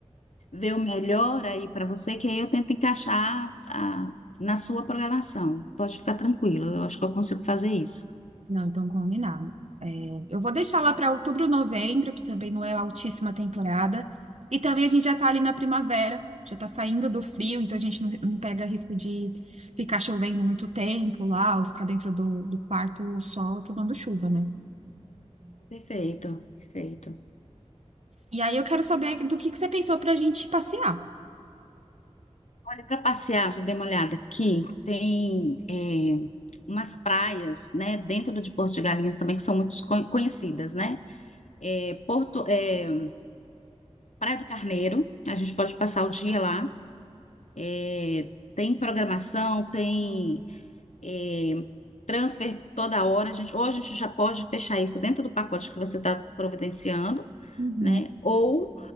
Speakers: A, on the left; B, on the right.
A: ver o melhor aí para você, que aí eu tento encaixar a- na sua programação. Pode ficar tranquila, eu acho que eu consigo fazer isso.
B: Não, então combinado. É, eu vou deixar lá para outubro, novembro, que também não é altíssima temporada. E também a gente já está ali na primavera, já está saindo do frio, então a gente não, não pega risco de ficar chovendo muito tempo lá, ou ficar dentro do, do quarto só tomando chuva, né?
A: Perfeito, perfeito.
B: E aí eu quero saber do que que você pensou para a gente passear.
A: Olha, para passear, já dei uma olhada aqui, tem é, umas praias, né, dentro de Porto de Galinhas também, que são muito co- conhecidas, né? É, Porto, é, Praia do Carneiro, a gente pode passar o dia lá. É, tem programação, tem é, transfer toda hora. A gente, ou a gente já pode fechar isso dentro do pacote que você está providenciando,
B: Uhum,
A: né? Ou